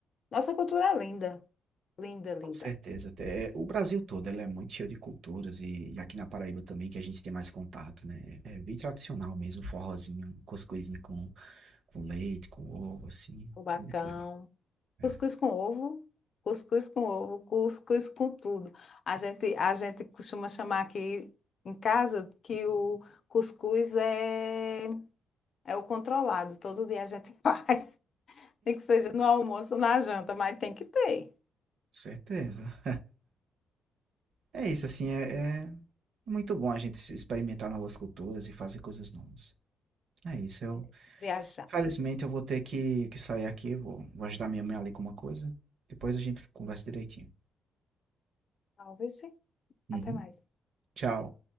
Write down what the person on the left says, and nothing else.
Nossa cultura é linda, linda, linda.
O bacão.
Cuscuz
com ovo, cuscuz com ovo, cuscuz com tudo. A gente, a gente costuma chamar aqui em casa que o cuscuz é, é o controlado. Todo dia a gente <laughs> faz, nem que seja no almoço ou na janta, mas tem que ter.
É isso. Viajar.
Talvez sim.
Até mais.